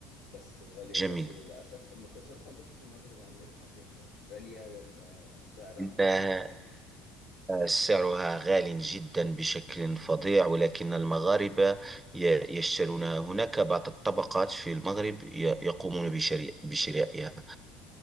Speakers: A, on the left; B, on the right.
A: بس غالية
B: جميل
A: برضو للأسف المكسرات عندكم في المغرب عاملة إيه صحيح يعني غالية ولا سعرها
B: إنها
A: في المتناول
B: آه، سعرها غال جدا بشكل فظيع ولكن المغاربة ي- يشترونها هناك بعض الطبقات في المغرب ي- يقومون بشري- بشرائها